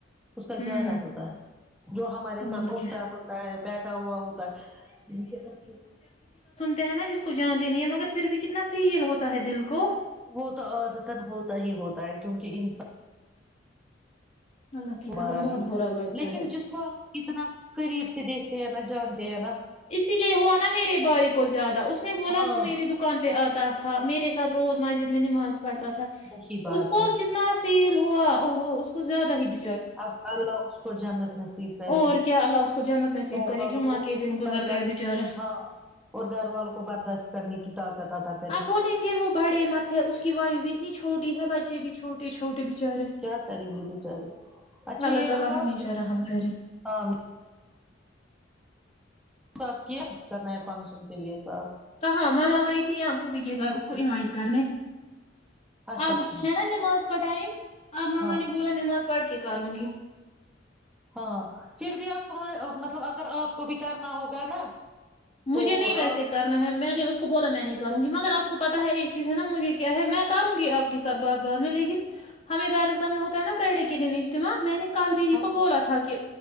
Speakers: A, in the centre; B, on the left (about 35°).
A: اس کا
B: ہوں
A: زیادہ ہوتا ہے جو ہمارے ساتھ
B: اور
A: اٹھتا
B: کیا
A: ہوتا ہے بیٹھا ہوا ہوتا ہے
B: ہے نا جس کو جانتے نہیں ہیں مگر پھر بھی کتنا فیل ہوتا ہے دل کو
A: وہ تو ادتان ہوتا ہی ہوتا ہے کیونکہ انسان
B: اللہ کی
A: تارا
B: قسم بہت
A: بھی
B: برا لگتا
A: لیکن
B: ہے
A: جس کو ہم اتنا قریب سے دیکھتے ہیں ن جانتے ہےا <unintelligible>
B: اسی لیے ہوا نا میرے بھائی کو زیادہ اس نے بولا
A: ہاں
B: وہ میری دکان پہ آتا ت تھااں میر ساتھ روز مسجد میں نماز پڑتا تھا
A: وہی بات
B: اس کو
A: ہے
B: کتنا فیل ہوا ا ہو اس کو زیادہ ہی ب
A: اب اللہ اس کو جنت نصیب کرے
B: اور کیا اللہ اس کو جنت نصیب
A: گھر
B: کرے
A: والوں
B: جمعہ
A: کو
B: کے دن گزر
A: برداشت
B: گیا بیچارہ
A: ہاں اور گھر والوں کو برداشت کرنے کی طاقت اتاا کرے
B: آپ بولیں گے وہ بڑے مت ہے اس کی وائف بھی اتنی چھوٹی ہے بچے بھی چھوٹے چھوٹے بچارے
A: کیا کریں گے بیچارے اچھا
B: اللہ
A: یہ
B: تعالی
A: بتاؤ
B: ہمیشہ رحم کرے
A: ہاں صاف کیا کرنا ہے فنکشن کے لیے صاف
B: کہاں مام آ گئی تھی یہاںپوفی کے گھر اس کو انوائٹ کرنے
A: اچھا
B: آب
A: ٹھیک
B: ہے نا نم آ ک ٹائم آپ ماما
A: ہاں
B: نے بولا ن م پڑ کے کراروں گی
A: ہاں پھر بھی آپاں مطلب اگر آپ کو بھی کرنا ہوگا نا
B: مجھے
A: تو
B: نہیں ویسے
A: آپ
B: کرنا ہے میں نے اس کو بولا میں نہیں کروں گی مگر آ کو پتا ہے ایک چیز ہے نا مجھے کیا ہے میں کروں گی آپ کےاتھ بات بات میں لیکن ہمیں درسگاہ میں ہوتا ہے نا فرائیڈے کے دن اجتماع میں نے کل د جی
A: ہاں
B: کو بولاا تھا کہ